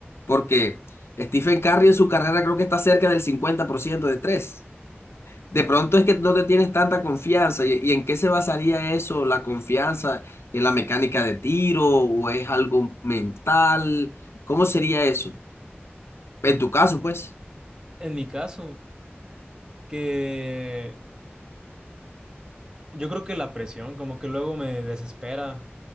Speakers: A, on the left; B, on the right.
A: porque Stephen Curry en su carrera creo que está cerca del 50% de 3. De pronto es que no te tienes tanta confianza. ¿Y, y en qué se basaría eso? ¿La confianza en la mecánica de tiro o es algo mental? ¿Cómo sería eso? En tu caso, pues.
B: En mi caso, que Yo creo que la presión, como que luego me desespera